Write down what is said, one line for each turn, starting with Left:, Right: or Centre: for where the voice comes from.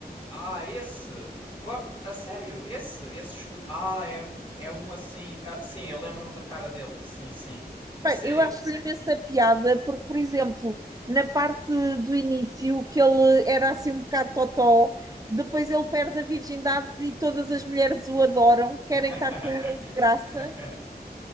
Left: ah, esse. Go- A sério, esse, esse escudo. Ah, é, é um assim. ah, sim, eu lembro-me da cara dele. Sim, sim. A
Right: Bem,
Left: sério.
Right: eu acho imensa piada, porque, por exemplo, na parte do início, que ele era assim um bocado totó, depois ele perde a virgindade e todas as mulheres o adoram, querem
Left: <laughs>
Right: estar com ele de graça.